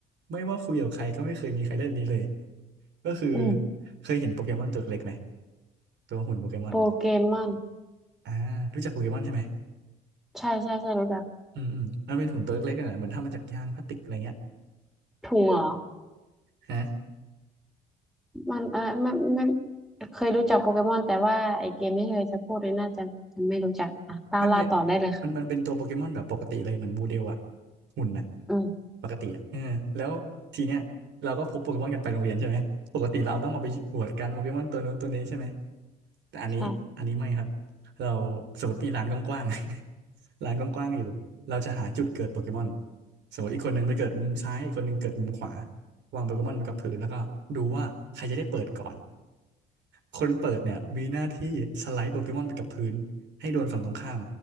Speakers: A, on the right (about 65°); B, in the centre.
A: ไม่ว่าคุยกับใครก็ไม่เคยมีใครเล่นนี้เลยก็คือ
B: ๆอืม
A: เคยเห็นโปเกมอนตัวเล็กไหมตัวหุ่นโปเกมอนอ่ะ
B: โปเกมอน
A: อ่ารู้จักโปเกมอนใช่ไหม
B: ใช่ใช่ใช่รู้จัก
A: อืมอืมมันเป็นถุงตัวเล็กๆอะนะเหมือนทำมาจากยางพลาสติกอะไรเงี้ย
B: ถุงเหรอ
A: ฮะ
B: มันเออไม่ไม่เคยรู้จักโปเกมอนแต่ว่าไอเกมที่เคยจะพูดเลยน่าจะจะไม่รู้จักอ่ะเล่าเล่าต่อได้เลยค่ะ
A: ไม่เป็นมันมันเป็นตัวโปเกมอนแบบปกติเลยเหมือนโมเดลอะหุ่นอะ
B: อืม
A: ปกติอะเออแล้วทีเนี้ยเราก็พกโปเกมอนกันไปโรงเรียนใช่ไหมปกติเราต้องเอาไปอวดกันโปเกมอนตัวนู้นตัวนี้ใช่ไหมแต่อันนี้อันนี้ไม่ครับ
B: ใช่
A: เราสมมติมีร้านกว้างๆ <laughs> ร้านกว้างๆอยู่เราจะหาจุดเกิดโปเกมอนสมมติอีกคนหนึ่งไปเกิดมุมซ้ายอีกคนหนึ่งเกิดมุมขวาวางโปเกมอนไปกับพื้นแล้วก็ดูว่าใครจะได้เปิดก่อนคนเปิดเนี่ยมีหน้าที่สไลด์โปเกมอนไปกับพื้น ให้โดนฝั่งตรงข้าม